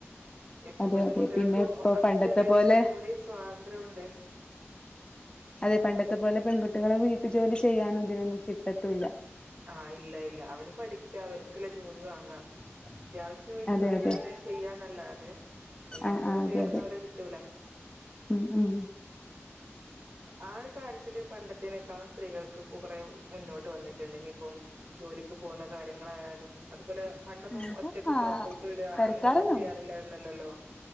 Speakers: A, on the right; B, on the left.
A: ഇപ്പൊ
B: അതെ
A: പെൺകുട്ടികൾക്ക്
B: അതെ പിന്നെ ഇപ്പൊ
A: അന്നത്തെ അപേക്ഷിച്ച്
B: പണ്ടത്തെ പോലെ
A: ഒന്നുകൂടി സ്വാതന്ത്ര്യമുണ്ട്
B: അതെ പണ്ടത്തെ പോലെ പെൺകുട്ടികളെ വീട്ടിൽ ജോലി ചെയ്യാനും ഇതിനൊന്നും കിട്ടത്തുല്ല
A: ആ ഇല്ല ഇല്ല അവര് പഠിക്കാ അവർക്ക് ജോലി വാങ്ങാം അത്യാവശ്യം വീട്ടു
B: അതെ
A: ജോലികൾ
B: അതെ
A: എന്തെങ്കിലും ചെയ്യാന്നല്ലാതെ എല്ലാം
B: ആഹ്
A: കൂടെ
B: ആഹ്
A: ചെയ്യനോന്നും
B: അതെ അതെ
A: അവരെ കിട്ടൂല
B: ഉം ഉം
A: ആ ഒരു കാര്യത്തില് പണ്ടത്തിനേക്കാളും സ്ത്രീകൾക്ക് ഇപ്പം കുറെ മുന്നോട്ട് വന്നിട്ടുണ്ട് ഇനിയിപ്പം ജോലിക്ക് പോകുന്ന കാര്യങ്ങളായാലും അതുപോലെ പണ്ടൊന്നും
B: ഇവിടെ
A: ഒറ്റക്ക്
B: ആഹ്
A: പുറത്തോട്ട് വിട്ക
B: പെരക്കാരന്നൊള്ളു
A: അങ്ങനെയൊന്നും ചെയ്യാറില്ലായിരുന്നല്ലല്ലോ